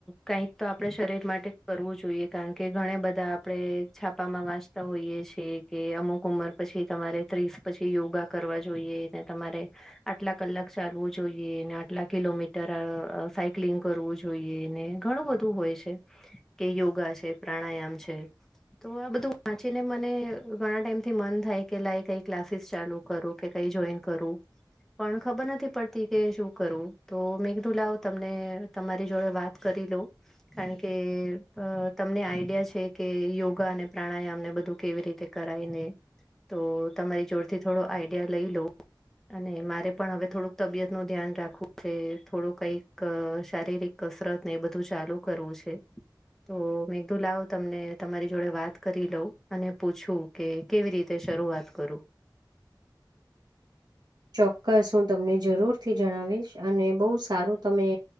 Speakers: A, in the centre; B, on the right (about 60°).
A: કઈક તો આપણે શરીર માટે કરવું જોઈએ કારણ કે ઘણા બધા આપણે છાપામાં વાંચતા હોઈએ છે કે અમુક ઉંમર પછી તમારે ત્રીસ પછી યોગા કરવા જોઈએ. તમારે, આટલા કલાક ચાલવું જોઈ આટલા કિલોમીટર સાયક્લિંગ કરવું જોઈએ ને ઘણું બધું હોય છે. કે યોગા છે પ્રાણાયામ છે. તો આ બધું વાંચીને મને ઘણા ટાઈમ થી મન થાય કે લાય કઈ ક્લાસીસ ચાલુ કરુ. કે કઈ જોઈન કરું, પણ ખબર નથી પડતી. કે શું કરવું તો મેઘદુ લાવ તમને તમારી જોડે વાત કરી લઉ. કારણ કે તમને આઈડિયા છે કે યોગા અને પ્રાણાયામ ને બધું કેવી રીતે કરાયને, તો તમારી જોડથી થોડો આઈડિયા લઈ લો. અને મારે પણ હવે થોડુંક તબિયત નું ધ્યાન રાખવું છે થોડું કઈક શારીરિક કસરત ને એ બધું ચાલુ કરવું છે. તો મેઘદુ લાવ તમને તમારી જોડે વાત કરી લઉં અને પૂછું. કે કેવી રીતે શરૂઆત કરું.
B: ચોક્કસ હું તમને જરૂરથી જણાવીશ અને બહુ સારું તમે